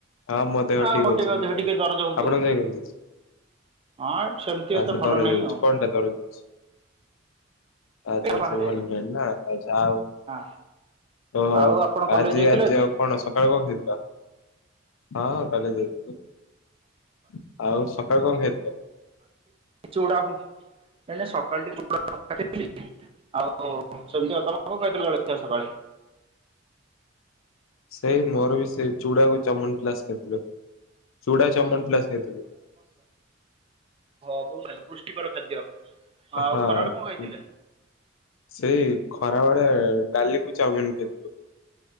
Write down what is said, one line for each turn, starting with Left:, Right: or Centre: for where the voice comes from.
Left: ହଁ ମୋ ଦେହ
Right: ହଁ
Left: ଠିକ
Right: ମୋର ଟିକେ
Left: ଅଛି
Right: ଦେହ
Left: ଆଉ
Right: ଟିକେ ଦରଜ ହଉଛି
Left: ଆପଣଙ୍କ ଯାଇ କେମିତି ଅଛି?
Right: ଆଉ ହଁ ସେମିତି ଏତେ
Left: ଆଚଛା
Right: ଭଲ
Left: କରାଜାଉଛି
Right: ନାହିଁ ଆଉ
Left: କଣଟା ତରଉଛି। ଆଚ୍ଛା ଆଚ୍ଛା
Right: ବାହାରେ
Left: ଭଲ ହେଲାଣି ନା ଯାହାହଉ।
Right: ହଁ
Left: ଓହୋ
Right: ଆଉ ଆପଣ କଲେଜ
Left: ଆଜି
Right: ଯାଇଥିଲେ
Left: ଆଜି ଆଉ କଣ ସକାଳୁ ହଉଥିଲ। ହଁ କାଲି ଯାଇଥିଲୁ ଆଉ ସକାଳୁ କଣ ଖାଇଥିଲ?
Right: ଚୁଡା ଆଉ କଣ କାହିଁକିନା ସକାଳୁଟିକେ <inaudible> ଆଉ ଓ ସେମିତି ଆପଣ କଣ ଖାଇଥିଲେ ଜଳଖିଆ ସକାଳେ?
Left: ସେଇ ମୋର ବି ସେ ଚୁଡା କୁ ଚମନପ୍ଲାସ ଖାଇଥିଲି ଚୁଡ଼ା ଚମନପ୍ଲାସ ଖାଇଥିଲି।
Right: ହଁ ବହୁତ ଭଲ ପୁଷ୍ଟିକର ଖାଦ୍ୟ ହଁ ଆଉ
Left: ହଁ
Right: ଖରାବେଳେ କଣ ଖାଇଥିଲେ
Left: ସେଇ ଖରା ବେଳେ ଡାଲି କୁ ଚାଉମିିନ ଖାଇଥିଲୁ।